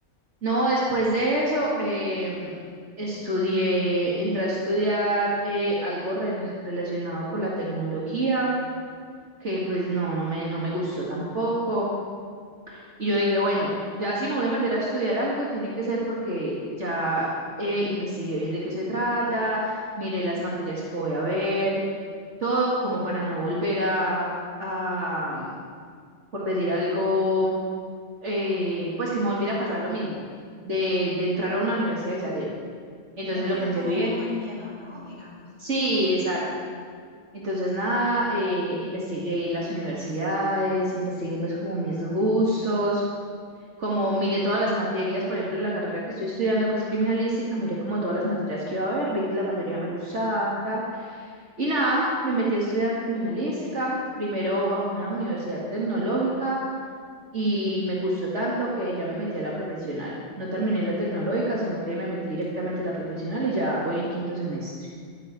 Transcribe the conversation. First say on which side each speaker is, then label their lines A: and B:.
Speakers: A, on the right (about 70°); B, on the right (about 25°).
A: No, después de eso, em, estudié, entré a estudiar eh, algo re- relacionado con la tecnología, que pues no, no me, no me gustó tampoco. Y yo dije, bueno, ya si me voy a meter a estudiar algo, tiene que ser porque ya eh, investigué bien de qué se trata, miré las materias que voy a ver, todo como para no volver a, a, por decir algo, eh, pues que me volviera a pasar lo mismo, de, de entrar a una universidad y salirme. Entonces
B: ya tenías
A: lo pensé
B: como
A: bien.
B: un poco el miedo, ¿no? Digamos.
A: Sí, exacto. Entonces nada, eh, investigué las universidades, investigué pues como mis gustos. como miré todas las materias, por ejemplo, en la carrera que estoy estudiando, que es criminalística, miré como todas las materias que iba a haber, vi que la mayoría me gustaban, tal. Y nada, me metí a estudiar criminalística, primero a una universidad tecnológica y me gustó tanto que ya me metí a la profesional. No terminé la tecnológica, sino que me metí directamente a la profesional y ya voy en quinto semestre.